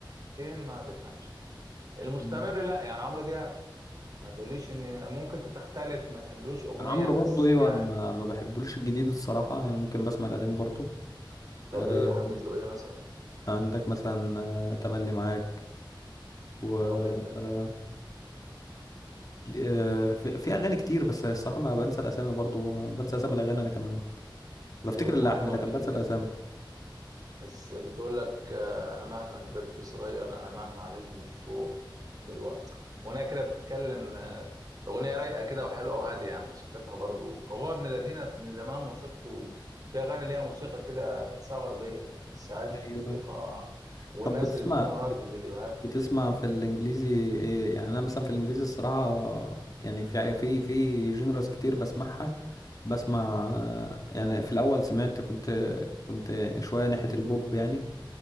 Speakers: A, on the right; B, on the left.
A: فين ما تفهمش المستمر
B: مم.
A: لا يعني عمرو دياب ما تقوليش ان ممكن تختلف ما تحبلوش اغنيه
B: عمرو
A: بس
B: برضه ايوه
A: يعني
B: انا ما ما بحبلوش الجديد الصراحة يعني ممكن بسمع القديم برضه
A: طب
B: آه،
A: ايه حبيت له ايه مثلا
B: عندك مثلا آه، تملي معاك و
A: حلوة جدا
B: آه، آه، في في اغاني كتير بس الصراحة ما بنسى الاسامي برضه بنسى اسامي الاغاني انا كمان
A: في
B: بفتكر
A: اغنيه
B: اللحن
A: حلوه
B: لكن
A: ليه
B: بنسى الاسامي
A: بس بتقول لك آه، انا مهما كبرت صغير انا مهما عليت مش فوق دلوقتي اغنيه كده بتتكلم آه، اغنيه رايقه كده وحلوه وهاديه يعني موسيقتها برضو هو ابن الذين من زمان موسيقته في اغاني ليها موسيقى كده تحسها غربيه ما تحسهاش
B: ايوه
A: موسيقى والناس
B: طب بتسمع
A: اللي بيكون وراها في الفيديوهات
B: بتسمع في الانجليزي ايه يعني انا مثلا في الانجليزي الصراحه يعني في في في جينرز كتير بسمعها بسمع يعني في الاول سمعت كنت كنت شويه ناحيه البوب يعني